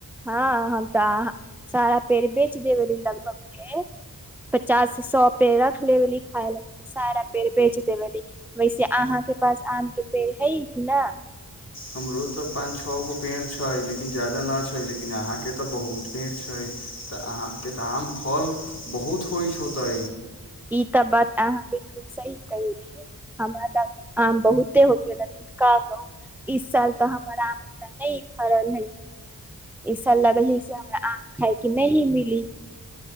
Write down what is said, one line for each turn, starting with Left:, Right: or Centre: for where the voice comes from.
Centre: हँ ह त सारा पेड़ बेच देबेली लगभग पचास से सए पेड़ रख लेबी खाय ले सारा पेड़ बेच देवेली वैसे अहाँके पास आम के पेड़ है कि न
Left: हमरो तऽ पाँच छओ गो पेड़ छै। लेकिन ज्यादा नहि छै लेकिन अहाँके तऽ बहुत पेड़ छै। तऽ अहाँके तऽ आम फल बहुत होइत छै। होते
Centre: ई त बात अहाँ बिलकुल सही कहि दी हमरा तऽ आम बहुते होकेे लेकिन का कहू इस साल तऽ हमर आम उ नहि फड़ल हे इ साल लगे हे से हमरा आम खाइके नहि मिली